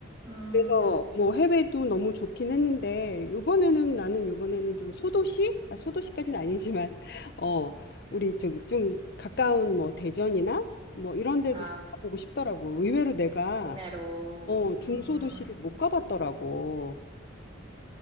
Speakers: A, on the right (about 30°); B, on the left (about 55°).
A: 음,
B: 그래서 뭐 해외도 너무 좋긴 했는데, 요번에는 나는 요번에는 좀 소도시? 아, 소도시까지는 아니지만, <laughs> 어, 우리 저기 좀 가까운 뭐 대전이나 뭐 이런 데도
A: 아,
B: 좀 가보고 싶더라고. 의외로 내가
A: 국내로,
B: 어,
A: 음,
B: 중소도시를 못 가봤더라고.